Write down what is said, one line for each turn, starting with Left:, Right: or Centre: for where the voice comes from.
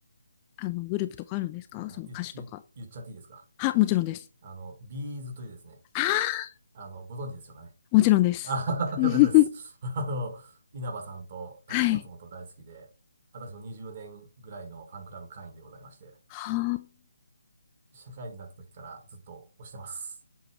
Left: あの、グループとかあるんですかその歌手とか。
Right: あ、言っ、言っ言っちゃっていいですか。
Left: は、もちろんです。
Right: あの、ビーズというですね、
Left: ああ、
Right: あの、ご存知ですよかね。
Left: もちろんです。
Right: あー
Left: <laughs>
Right: <laughs>、よかったです。<laughs> あの、稲葉さんとタック松本大好きで、
Left: はい。
Right: 私も20年ぐらいのファンクラブ会員でございまして、
Left: はあ、
Right: 社会人になった時からずっと推してます。